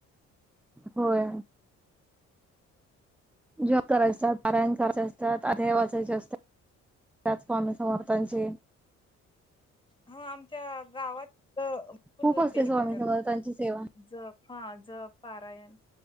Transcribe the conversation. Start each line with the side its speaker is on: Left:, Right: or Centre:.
Centre: होय. जॉब कराचा असतात पाराण करायचे असतात आध्या वाचायचे असतात. त्यात स्वामी समर्थांची
Left: हा आमच्या गावात भरपूर
Centre: खूप
Left: जण
Centre: असते
Left: ते हे
Centre: स्वामी
Left: करतात
Centre: समर्थांची सेवा.
Left: जप हा जप, पारायण,